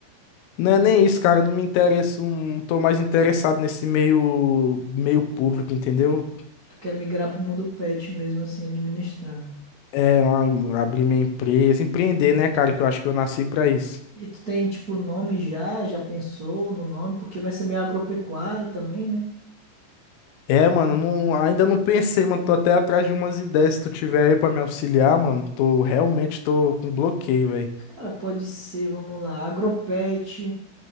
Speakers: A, on the left; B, on the right.
A: não é nem isso, cara, eu não me interesso, não tô mais interessado nesse meio meio público, entendeu?
B: Tu quer migrar pro mundo pet mesmo, assim, administrando.
A: É, a- abrir minha empresa, empreender, né, cara, que eu acho que eu nasci pra isso.
B: E tu tem, tipo, nome já? Já pensou no nome? Porque vai ser meio agropecuário também, né?
A: É, mano, não, ainda não pensei, mano. Tô até atrás de umas ideias. Se tu tiver aí pra me auxiliar, mano, tô realmente tô com bloqueio, velho.
B: Cara, pode ser, vamos lá. Agropet,